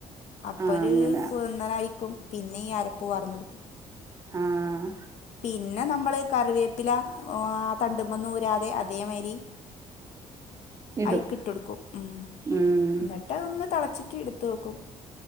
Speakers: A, on the left (about 65°); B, on the right (about 25°).
A: അപ്പൊരു
B: ആഹ് അങ്ങനെ
A: കുർന്നനായിക്കും പിന്നീ അരപ്പ് പാർന്നൊടുക്കും.
B: ആഹ്.
A: പിന്നെ നമ്മള് കറിവേപ്പില ആ തണ്ടിമേന്ന് ഊരാതെ അതേമാതിരി
B: ഇടും
A: അയിക്കി ഇട്ടൊടുക്കും ഉം
B: ഉം
A: എന്നിട്ട് ഒന്ന് തിളച്ചിട്ട് എടുത്ത് വെക്കും